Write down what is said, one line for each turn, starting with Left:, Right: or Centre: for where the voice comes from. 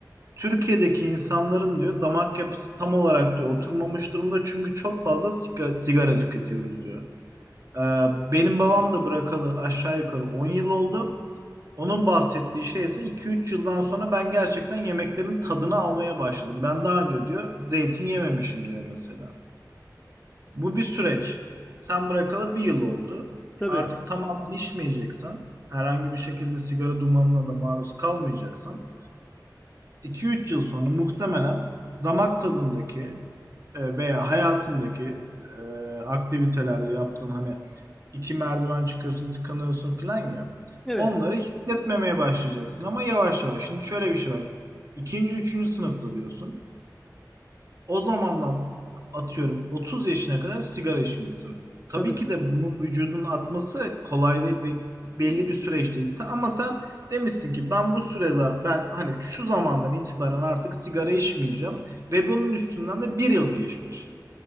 Right: Türkiye'deki insanların diyor damak yapısı tam olarak diyor oturmamış durumda çünkü çok fazla siga- sigara tüketiyoruz diyor. Ee, benim babam da bırakalı aşağı yukarı 10 yıl oldu. Onun bahsettiği şey ise 2-3 yıldan sonra ben gerçekten yemeklerin tadını almaya başladım. Ben daha önce diyor zeytin yememişim diyor mesela. Bu bir süreç. Sen bırakalı bir yıl oldu.
Centre: tabii,
Right: Artık tamamen içmeyeceksen, herhangi bir şekilde sigara dumanına da maruz kalmayacaksan, 2 üç yıl sonra muhtemelen damak tadındaki e, veya hayatındaki e, aktivitelerde yaptığın hani iki merdiven çıkıyorsun, tıkanıyorsun falan ya,
Centre: evet,
Right: onları hissetmemeye başlayacaksın ama yavaş yavaş. Şimdi şöyle bir şey var. İkinci, üçüncü sınıfta diyorsun. O zamandan atıyorum 30 yaşına kadar sigara içmişsin. Tabii
Centre: tabii,
Right: ki de bunun vücudun atması kolay değil ve belli bir süreç değil. Sen- Ama sen demişsin ki ben bu süre zar- ben hani şu zamandan itibaren artık sigara içmeyeceğim ve bunun üstünden de bir yıl geçmiş.